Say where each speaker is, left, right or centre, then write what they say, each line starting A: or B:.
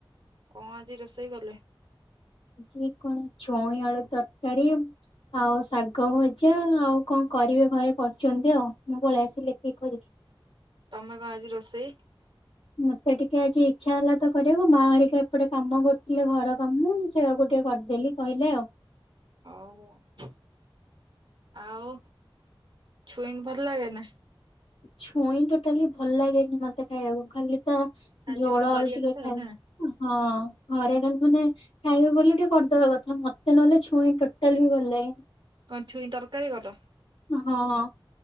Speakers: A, on the right; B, on the left.
A: କଁ ଆଜି ରୋଷେଇ କଲେ।
B: ଯେ କଣ ଛୁଇଁ ଆଳୁ ତରକାରୀ ଆଉ ଶାଗ ଭଜା ଆଉ କଣ କରିବେ ଘରେ କରୁଛନ୍ତି ଆଉ ମୁଁ ପଳେଇ ଆସିଲି ଏତିକି କରିିକି।
A: ତମେ କଣ ଆଜି ରୋଷେଇ।
B: ମତେ ଟିକେ ଆଜି ଇଛା ହେଲା ତ କରିବାକୁ ମା ହରିକା ଏପଟେ କାମ କରୁଥିଲେ ଘର କାମ ସେୟାକୁ ଟିକେ କରିଦେଲି କହିଲେ ଆଉ।
A: ହଉ ଆଉ ଆଉ ଛୁଇନ୍ ଭଲ ଲାଗେନା।
B: ଛୁଇଁ ଟୋଟାଲି ଭଲ ଲାଗେନି ମତେ ଖାଇବାକୁ ଖାଲି ତ
A: ଖାଲି
B: ଝୋଳ
A: ଗୋଟେ କରିବା
B: ଆଳୁ ଟିକେ
A: କଥା
B: ଖାଲ୍
A: ନା
B: ହଁ। ଘରେ ମାନେ ଖାଇବେ ବୋଲି ଟିକେ କରିଦବା କଥା ମତେ ନହେଲେ ଛୁଇଁ ଟୋଟାଲି ବି ଭଲ ଲାଗେନି।
A: କଣ୍ ଛୁଇଁ ତରକାରୀ କଲ।
B: ହଁ।